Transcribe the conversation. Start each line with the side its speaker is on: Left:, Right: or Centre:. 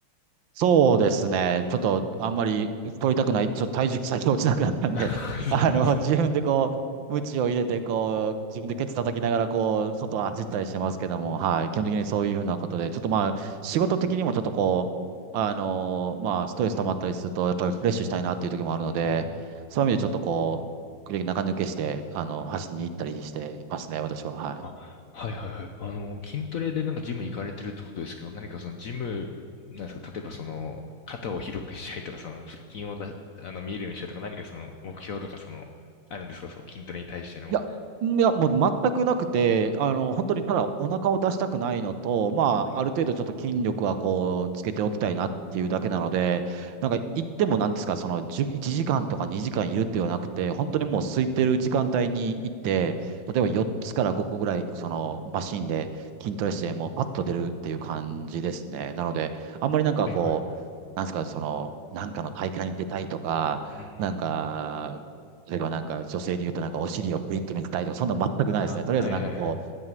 Right: そうですね。ちょっと、あんまり取りたくない。ちょっと体重先落ちなくなったんで、
Left: <laughs>
Right: <laughs> あの、
Left: そうなんですね。
Right: 自分でこう、鞭を入れて、こう、自分でケツ叩きながら、こう、外を走ったりしてますけども、はい。基本的にそういうふうなことで、ちょっとまあ、仕事的にもちょっとこう、あのまあ、ストレス溜まったりすると、やっぱりフレッシュしたいなっていう時もあるので、
Left: うーん
Right: そういう意味でちょっとこう、時々中抜けして、あの、走りに行ったりしてますね、私は。はい。
Left: あ、はいはいはい。あの、筋トレでなんかジムに行かれてるってことですけど、何かそのジム、なんですか、例えばその、肩を広くしたいとか、その、腹筋をだ、あの、見えるようにしたいとか、何かその、目標とか、その、あるんですか、その筋トレに対しての。
Right: いや、んいや、もう全くなくて、あの、本当にただお腹を出したくないのと、まあ、
Left: はい。
Right: ある程度ちょっと筋力はこう、つけておきたいなっていうだけなので、なんか行ってもなんですか、その、じゅ1時間とか2時間いるっていうのはなくて、本当にもう空いてる時間帯に行って、
Left: うーん
Right: 例えば4つから5個ぐらい、その、マシンで筋トレして、もうパッと出るっていう感じですね。なので、あんまりなんかこう、
Left: はいはい。う
Right: なんですか、その、なんかの大会に出たいとか、
Left: ーん。
Right: なんか、例えばなんか女性で言うとなんかお尻をプリッと見せたいとか、そんな全くないですね。
Left: あ、
Right: とりあえずなんかこう、
Left: はいはいはい。